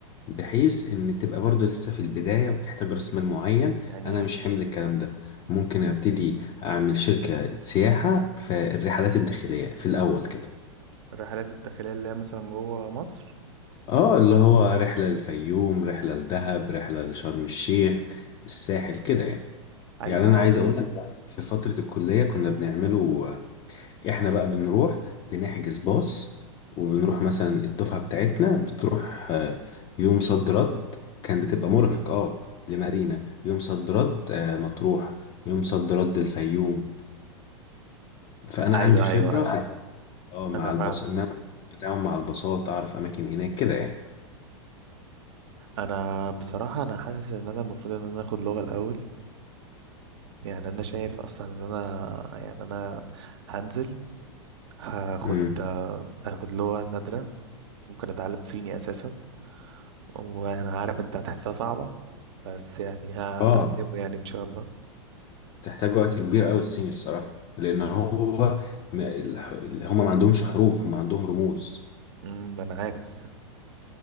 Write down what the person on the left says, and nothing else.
بحيث ان تبقى برضو لسه في البداية وبتحتاج راس مال معين
انا
مش حمل الكلام ده ممكن ابتدي اعمل شركة سياحة في الرحلات الداخلية في الاول كده
اه اللي هو رحلة للفيوم رحلة لدهب رحلة لشرم الشيخ الساحل كده يعني
يعني انا
عايز
اقول لك في فترة الكلية كنا بنعمله احنا بقى بنروح بنحجز باص وبنروح مثلا الدفعة بتاعتنا بتروح آه، يوم صد رد كان بتبقى مرهق اه لمارينا يوم صد رد آه، مطروح يوم صد رد الفيوم فأنا
عندي خبرة
في ايوه اه مع
الباص
إن أنا بتعامل مع الباصات أعرف أماكن هناك كده يعني
امم
اه
تحتاج وقت كبير أوي الصيني الصراحة لأن هو ما- الح- هما ما عندهمش حروف هما عندهم رموز